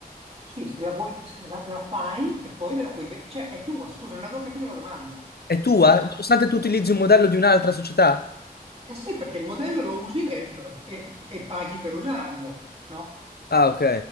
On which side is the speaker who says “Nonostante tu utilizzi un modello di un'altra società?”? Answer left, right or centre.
Left